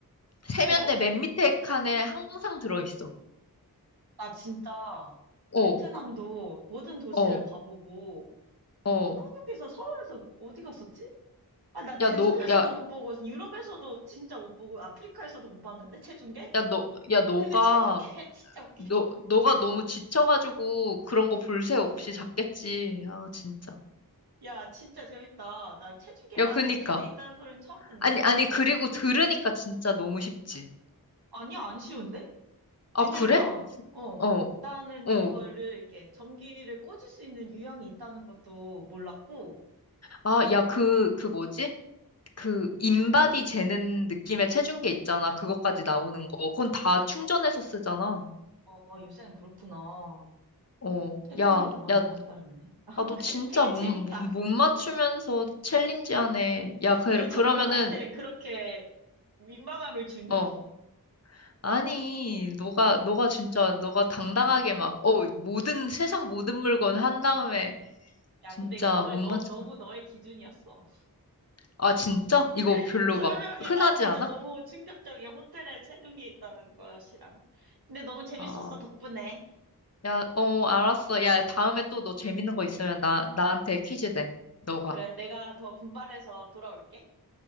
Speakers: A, on the left; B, on the right.
A: 세면대
B: 그래?
A: 맨 밑에 칸에 항상 들어있어.
B: 나 진짜
A: 어,
B: 베트남도 모든 도시를
A: 어,
B: 가보고
A: 어.
B: 한국에서 서울에서 어디 갔었지? 아, 나 제주도에서도
A: 야, 너, 야,
B: 못 보고 유럽에서도 진짜 못 보고 아프리카에서도 못 봤는데 체중계?
A: 야, 너, 야, 너가,
B: 근데 체중계 <laughs> 진짜 웃기다.
A: 너, 너가 너무 지쳐가지고 그런 거 볼새 없이 잤겠지. 아, 진짜.
B: 야, 진짜 재밌다. 난 체중계가
A: 야, 그니까.
B: 호텔에 있다는 소리는 처음 듣네.
A: 아니, 아니, 그리고 들으니까 진짜 너무 쉽지.
B: 아니야, 안 쉬운데?
A: 아,
B: 왜냐면
A: 그래?
B: 어,
A: 어,
B: 나는
A: 어.
B: 이거를 이렇게 전기를 꽂을 수 있는 유형이 있다는 것도 몰랐고
A: 아, 야, 그, 그 뭐지? 그 인바디 재는 느낌의 체중계 있잖아. 그것까지 나오는 거. 그건 다 충전해서 쓰잖아.
B: 어, 요새는 그렇구나.
A: 어,
B: 체중계도
A: 야,
B: 많이
A: 야,
B: 발달했네. 아,
A: 아, 너
B: <laughs> 그-
A: 진짜
B: 되게
A: 못,
B: 재밌다.
A: 못, 못 맞추면서 챌린지 하네. 야, 그,
B: 너 왜
A: 그러면은,
B: 자꾸 나한테 그렇게 민망함을 주니?
A: 어, 아니, 너가, 너가 진짜, 너가 당당하게 막, 어, 모든, 세상 모든 물건 한 다음에,
B: 야,
A: 진짜
B: 근데 이거 너의,
A: 못
B: 너,
A: 맞춰.
B: 너무 너의 기준이었어.
A: 아, 진짜? 이거
B: <laughs>
A: 별로
B: 설명이,
A: 막 흔하지
B: 나 진짜
A: 않아?
B: 너무 충격적이야. 호텔에 체중계 있다는 것이랑. 근데 너무 재밌었어,
A: 아,
B: 덕분에.
A: 야, 어, 알았어. 야, 다음에 또 너 재밌는 거 있으면 나, 나한테 퀴즈 내. 너가.
B: 그래, 내가 더 분발해서 돌아올게.